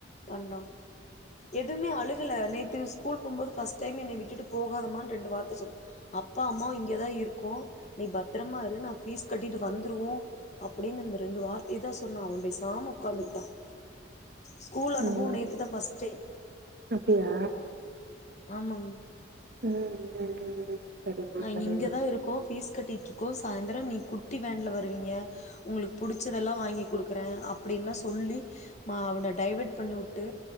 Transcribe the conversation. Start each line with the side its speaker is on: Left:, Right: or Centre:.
Left: பண்றான் எதுவுமே அழுகல நேத்து ஸ்கூல் போமோது பஸ்ட் டைம் என்னை விட்டுட்டு போகாதமனு ரெண்டு வார்த்தை சொல்ல அப்பா அம்மும் இங்கேதான் இருக்கும் நீ பத்திரமா இரு நான் பீஸ் கட்டிட்டு வந்துருவோம் அப்படின்னு ரெண்டு வார்த் இதான் சொன்னா அவன் பேசாம உட்காந்துகிட்டான் ஸ்கூல் அனுபவம்
Right: ம்
Left: நேத்துதான் பஸ்ட்ஸ்டே
Right: அப்டியா
Left: ஆமாங்க
Right: ம் ம் ம் சரிம்மா
Left: நாங்க
Right: சரிம்மா
Left: இங்கதான் இருக்கோம் ப்பீஸ் கட்டிட்டு இருக்கோம் சாயந்தரம் நீ குட்டி வேன்ல வருவீங்க உங்களுக்கு புடிச்சதெல்லாம் வாங்கி கொடுக்கறேன் அப்படின்ல்லாம் சொல்லி அவனை டைவர்ட் பண்ணி விட்டு